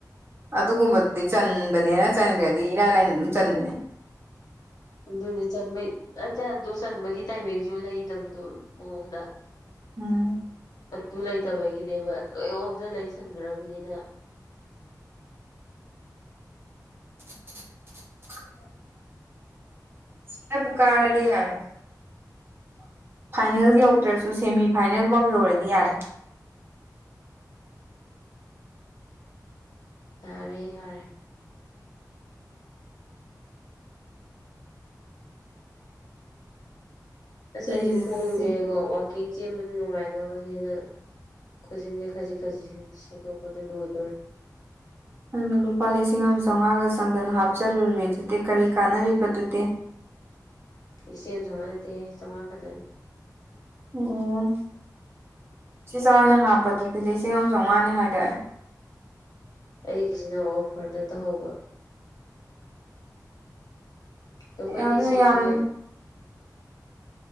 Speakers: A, on the right; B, on the left.
A: ꯑꯗꯨꯒꯨꯝꯕꯗꯨꯗꯤ ꯆꯟꯕꯅꯦꯅ ꯆꯟꯒ꯭ꯔꯗꯤ ꯏꯔꯥꯏ ꯂꯥꯏꯅ ꯑꯗꯨꯝ ꯆꯟꯕꯅꯦ
B: ꯑꯗꯨꯅꯦ ꯆꯟꯕꯩ ꯑꯆ ꯑꯗꯨ ꯆꯟꯕꯒꯤ ꯇꯥꯏꯃꯤꯡꯖꯨ ꯂꯩꯗꯕꯗꯣ ꯃꯉꯣꯟꯗ
A: ꯎꯝ
B: ꯑꯗꯨ ꯂꯩꯇꯕꯒꯤꯅꯦꯕ ꯂꯣꯏ ꯑꯣꯝꯖꯜ ꯂꯩꯁꯟꯒ꯭ꯔꯕꯅꯤꯅ
A: <unintelligible> ꯃꯦꯁꯤꯅꯕꯨ ꯀꯥꯔꯗꯤ ꯌꯥꯔꯦ ꯐꯥꯏꯅꯦꯜ ꯌꯧꯗ꯭ꯔꯁꯨ ꯁꯦꯃꯤ ꯐꯥꯏꯅꯦꯜꯕꯥꯎ ꯌꯧꯔꯗꯤ ꯌꯥꯔꯦ
B: ꯌꯥꯔꯦ ꯌꯥꯔꯦ ꯑꯁ ꯑꯩꯖꯨ
A: ꯏꯖꯤ
B: ꯈꯣꯡꯖꯦ ꯋꯥ ꯋꯥꯛꯀꯤꯡ ꯆꯦꯟꯕꯗ ꯅꯨꯡꯉꯥꯏꯅꯕꯅꯦꯅ ꯈꯨꯖꯤꯟꯖꯦ ꯈꯖꯤꯛ ꯈꯖꯤꯛꯁꯤ ꯁꯦꯠꯇꯣꯛꯄꯗ ꯂꯣꯏꯗꯧꯔꯦ
A: ꯅꯪꯅ ꯂꯨꯄꯥ ꯂꯤꯁꯤꯡ ꯑꯝ ꯆꯧꯉꯥꯒ ꯆꯪꯗꯅ ꯍꯥꯞꯆꯜꯂꯨꯔꯤꯗꯨꯗꯤ ꯀꯔꯤ ꯀꯥꯟꯅꯔꯤꯕ ꯗꯨꯗꯤ <inaudible>
B: ꯂꯤꯁꯡꯑꯝ ꯆꯧꯉꯥ ꯅꯠꯇꯦ ꯆꯧꯉꯥ ꯈꯛꯇꯅꯤ
A: ꯑꯣ ꯢꯆꯦꯆꯥ ꯍꯣꯢꯅ ꯍꯥꯞꯄꯗꯨꯗꯤ ꯂꯤꯁꯤꯡ ꯑꯝ ꯆꯧꯉꯥꯅꯦ ꯍꯥꯏꯗꯥꯏ
B: ꯑꯩꯒꯤꯖꯤꯅ ꯑꯣꯐꯔꯗ ꯇꯧꯍꯧꯕ ꯗꯣ ꯈꯣꯏꯗꯤ
A: ꯑꯗꯨ
B: ꯁꯤꯀꯤꯒ
A: ꯌꯥꯝ